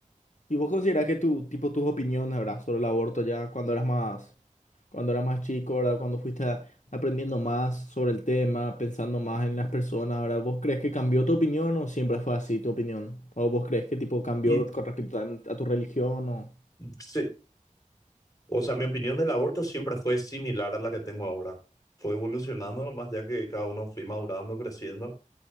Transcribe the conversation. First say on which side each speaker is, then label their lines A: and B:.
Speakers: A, on the left; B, on the left.
A: ¿Y vos considerás que tu, tipo, tus opiniones, verdad, sobre el aborto ya cuando eras más, cuando eras más chico, ¿verdad? Cuando fuiste a- aprendiendo más sobre el tema, pensando más en las personas, ¿verdad? ¿Vos crees que cambió tu opinión o siempre fue así tu opinión? ¿O vos crees que tipo cambió
B: Y
A: con respecto a, a tu religión o...
B: sí, o sea, mi opinión del aborto siempre fue similar a la que tengo ahora. Fue evolucionando más ya que cada uno fui madurando, creciendo